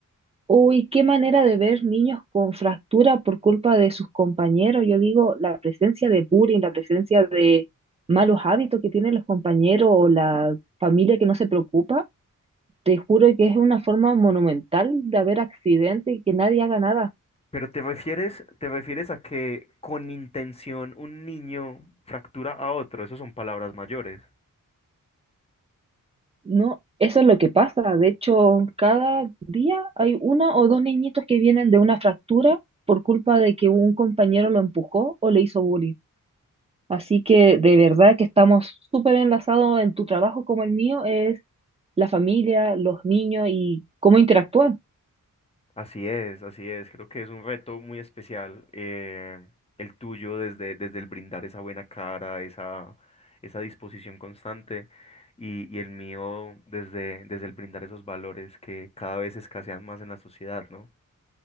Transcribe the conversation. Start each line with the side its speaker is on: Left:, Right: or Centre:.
Right: Uy, qué manera de ver niños con fractura por culpa de sus compañeros. Yo digo, la presencia de bullying, la presencia de malos hábitos que tienen los compañeros o la familia que no se preocupa, te juro que es una forma monumental de haber accidentes y que nadie haga nada.
Left: Pero te refieres, te refieres a que con intención un niño fractura a otro, esas son palabras mayores.
Right: No, eso es lo que pasa. De hecho, cada día hay una o dos niñitos que vienen de una fractura por culpa de que un compañero lo empujó o le hizo bullying. Así que de verdad que estamos súper enlazados en tu trabajo como el mío, es la familia, los niños y cómo interactúan.
Left: Así es, así es. Creo que es un reto muy especial eh, el tuyo desde, desde el brindar esa buena cara, esa, esa disposición constante y, y el mío desde, desde el brindar esos valores que cada vez escasean más en la sociedad, ¿no?